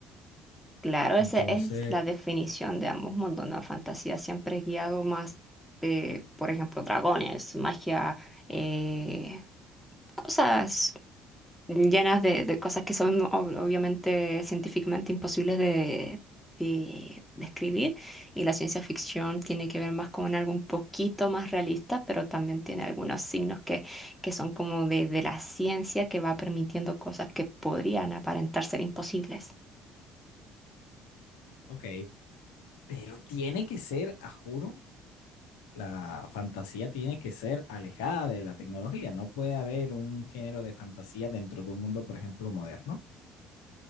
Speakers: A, in the centre; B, on the left.
A: Claro, esa
B: Entonces,
A: es la definición de ambos mundos, ¿no? Fantasía siempre es guiado más, eh, por ejemplo, dragones, magia, eh, cosas llenas de, de cosas que son ob- obviamente científicamente imposibles de, de describir. Y la ciencia ficción tiene que ver más con algo un poquito más realista, pero también tiene algunos signos que, que son como de, de la ciencia que va permitiendo cosas que podrían aparentar ser imposibles.
B: ok, pero tiene que ser, a juro, la fantasía tiene que ser alejada de la tecnología, no puede haber un género de fantasía dentro de un mundo, por ejemplo, moderno.